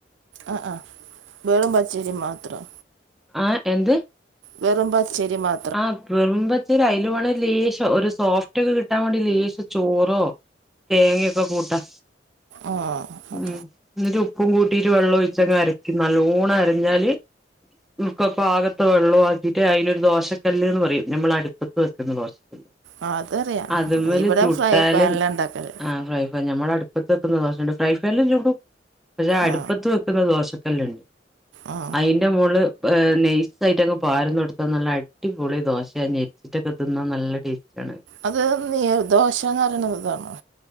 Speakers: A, on the right (about 80°); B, in the centre.
A: ആഹ് ആഹ് വെറും പച്ചേരി മാത്രം
B: ആഹ് എന്ത്?
A: വെറും പച്ചേരി മാ
B: ആഹ് വെറുമ്പച്ചേരി അതിൽ വേണെ ലേശം ഒരു സോഫ്റ്റൊക്കെ കിട്ടാൻ വേണ്ടി ലേശം ചോറോ തേങ്ങയൊക്കെ കൂട്ടാ
A: ആഹ് ആഹ്
B: ഉം ന്നിട്ട് ഉപ്പും കൂട്ടിട്ട് വെള്ളം ഒഴിച്ചങ്ങ് അരക്ക്‌യും നല്ലോണം അരഞ്ഞാല് ക്ക പ്പാകത്തെ വെള്ളം ആക്കിട്ട് അതിലൊരു ദോഷ കല്ല്ന്ന് പറയും നമ്മൾ അടുപ്പത്ത് വെക്കുന്ന ദോശല്ല്
A: ആ, അതറിയാം
B: അത്മ്മല്
A: ഇവിടെ
B: ചുട്ടാലും
A: ഫ്രൈ പാനിലാണ് ഉണ്ടാക്കല്
B: ആഹ് ഫ്രൈ ഞമ്മൾ അടുപ്പത്ത് വെക്കുന്ന ദോശണ്ട് ഫ്രൈ പാൻലും ചുടും പക്ഷെ അടുപ്പത്ത്
A: ആ
B: വെ ക്ക്ന്ന ദോശക്കല്ല്ണ്ട്
A: ആ
B: അയ് മോള് നയ്‌സായിട്ടങ് പാര്ന്ന്‌ കൊടുത്താ നല്ല അ അടിപൊളി ദോശ ഞെരിച്ചിട്ടൊക്കെ തിന്നാ നല്ല ടേസ്റ്റ് ആണ്.
A: അത് നീർദോഷന്ന് പറയണത് താണോ